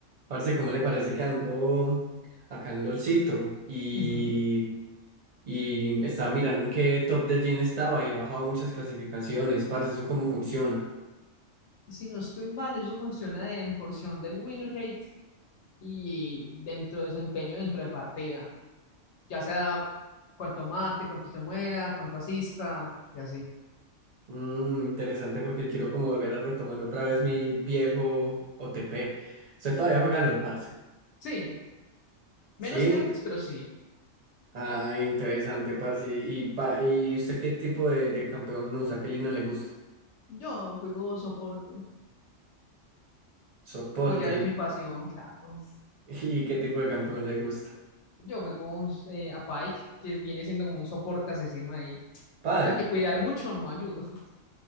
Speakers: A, on the right; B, on the left.
A: Parce, ¿cómo le parece que ando acá en LOLcito? Y,
B: Ujú.
A: y estaba mirando en qué top de Gin estaba y he bajado muchas clasificaciones. Parce, ¿eso cómo funciona?
B: Si no estoy mal, eso funciona en porción del win rate y dentro de desempeño dentro de partida. Ya sea cuánto mate, cuánto se muera, cuánto asista y así.
A: Mm, interesante porque quiero como volver a retomar otra vez mi viejo OTP. ¿Usted todavía juega LOL, parce?
B: Sí, menos
A: Sí.
B: que antes, pero sí.
A: Ah, interesante, parce. ¿Y, pa- y usted qué tipo de, de campeón usa? ¿Qué línea le gusta?
B: Yo juego soporte.
A: Soporte.
B: Apoyar es mi pasión, claro.
A: <laughs> ¿Y qué tipo de campeón le gusta?
B: Yo juego un, eh, a Pike, que viene siendo como un soporte asesino ahí.
A: Pike.
B: O sea que cuidar mucho no me ayuda. <laughs>